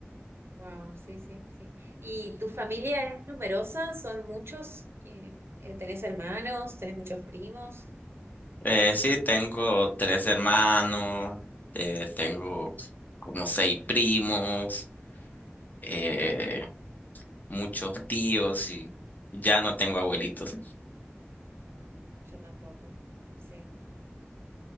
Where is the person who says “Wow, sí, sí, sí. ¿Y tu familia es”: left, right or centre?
Right